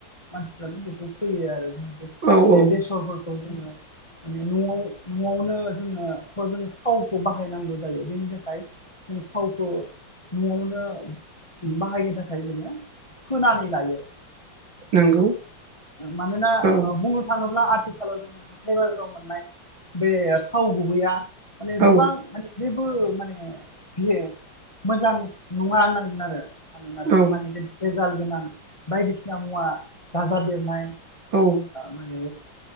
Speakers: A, on the left; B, on the right.
A: मानसिफ्रानो बेखौ फैयो आरो जोङ
B: औ
A: बे
B: औ
A: बेसरफोरखौ जोङो माने न'आव न'आवनो जोङो जों फावखौ बाहायनांगौ जायो बेनि थाखाय। फावखौ न'आवनो बाहायनो थाखाय जोङो फोनानै लायो।
B: नंगौ
A: मानोना
B: औ
A: बुंनो थाङोब्ला आथिखालाव जोङो हाथाय बाजाराव मोननाय बे थाव गुबैया माने
B: औ
A: गोबां माने जेबो माने बियो मोजां नङा होनांगोन आरो मानोना
B: औ
A: माने बे एजाल गोनां बायदिसिना मुवा दाज देरनाय
B: औ
A: माने